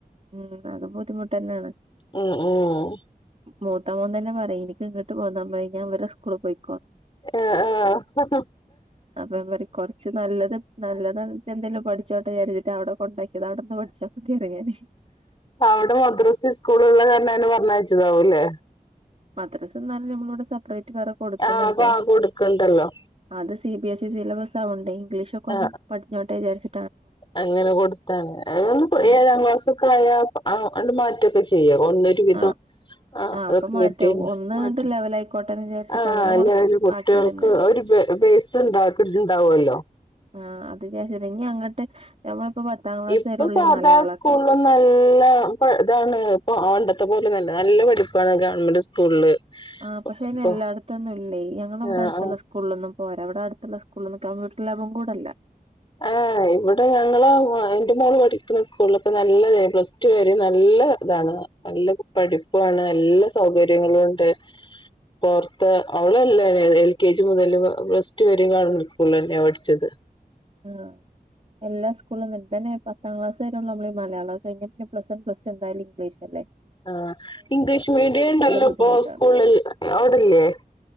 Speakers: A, on the right (about 40°); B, on the left (about 30°).
A: ഉം അത് ബുദ്ധിമുട്ട് തന്നെയാണ്
B: ഉം ഉം
A: പത്താോം തന്നെ പറയും എനിക്ക്ിോട്ട്ന്നാ ഞാൻ വരെ സ്കൂള് പോയി
B: ആഏ ആഹ
A: അപ്പ പറ കൊറച്ച് നല്ലത് നല്ലതട്ട എന്തെിലും പഠിച്ച പച്ചോട്ട കാിച്ചട്ട്വിടെ കൊണ്ടാക്കിയത് അവിടെന്ന് പഠിച്ചാൽയ ഞാന്
B: അവിടെ മദ്രസി സ്കൂള ഉള്ള കാരണംന് പറഞ്ഞയച്ചതാവൂല്ലേ
A: മദ്രസ് എന്നാലും നമ്മള ഇടെ സെപ്പറേറ്റ് കൊടുക്കണ്ട്
B: ആ അപ്പൊ ആ കൊടുക്കണ്ടല്ലോ
A: അത് സി ബി എസ് ഇ സിലബ ആണ്ടെ ഇംഗ്ീഷ് ഒെ ഒന്ന്
B: ആ
A: പഠഞ്ഞോട്ട് വിാരിച്ച
B: അങ്ങനെ കൊടുത്താണ് അൊന്ന്
A: ആഹ്
B: ഏഴാം ക്ലാസ്ക്കെ ആയാ അണ്ട് മാറ്റംൊക്കെ ചെയ്യ പോഓന്നൊരു വിധം
A: ആഹ്
B: ആഹ
A: ആഹ്
B: അതൊക്കെ
A: അപ്പൊ മാറ്റാവും
B: കിട്ടി
A: ഒന്ന്ങ്ങട്ട്
B: മാറ്റ
A: ലെവലായിക്കോട്ടെന്ന് വിചാരിച്ചിട്ട്
B: ആഹ
A: അങ്ങനെ
B: എല്ലാവും
A: കൊടു
B: കുട്ടികൾക്ക്
A: ആക്കിയതന്നെയാണ്
B: വേസ്ണ്ടണ്ടാവല്ലോ
A: ആഹ അത്ച്ച ഇ അങ്ങോട്ട് നമ്മളിപ്പോ പത്താം ക്ലാസ്
B: ഇപ്പൊ
A: വരെയുള്ളൂ
B: സാധാ
A: ഈ മലയാളൊക്കെ
B: സ്കൂളില നല്ല ഇതാണ് ഇപ്പൊ അണ്ട ഇത്തെ പോലെന്നല്ല നല്ല പഠിപ്പാണ് ഗവൺമെന്റ് സ്കൂളില്
A: ആ പക്ഷേ അതിന
B: ഇപ്പൊ
A: എല്ലായിടത്തൊന്നും ഇല്ല ഞങ്ങവിടെടുത്തുള്ള
B: ആഹ്
A: സ്കൂളിൽൊന്നും പോരാ അവിടെ അടുത്തുള്ള കൂന്ന് കമ്പ്യൂട്ടർ ലാബും കൂട അല്ല
B: ആ് ഇവിടെ ഞങ്ങള എന്റെ മോള് പഠിക്കുന്ന സ്കൂളിലൊക്കെ നല്ലത പ്ലസ് ടു ആ നല്ല നല്ല ഇതാണ് നല്ല പഠിപ്പാണ് എല്ലാ സൗകര്യങ്ങളും ഉണ്ട് പറത്ത് അവളല്ല എൽ കെ ജി മുതല് പ്ലസ് വരും കാണണ്ട് സ്കൂള തന്നെ പഠിച്ചത്
A: ആ എല്ലാ സ്കൂളുംണ്ട്ന്നെ പത്താം ക്ലാസ് വെയള്ള നമ്മ മയാളം കഴിഞ്ഞ പിന്നെ പ്ലസ് വൺ പ്സ് ടു എന്താലും ഇംഗ്ലീഷ്ല്ലേ
B: ആഹ ഇംഗ്ലീഷ് മീഡിയം ഉണ്ടല്ലോപ്പൊ
A: ബുദ്ധിമുട്ടാണ്
B: സ്കൂളിൽ അവിടല്ലേ